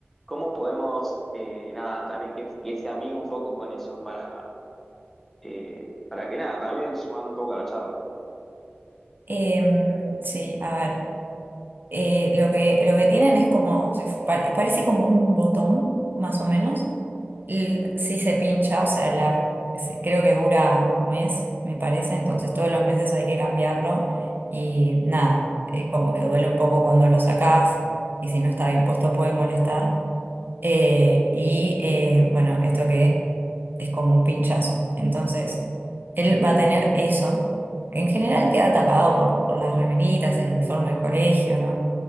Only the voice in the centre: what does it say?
¿cómo podemos, eh, nada, también que, que se amigue un poco con eso para, eh, para que nada, también sumarle un poco a la charla?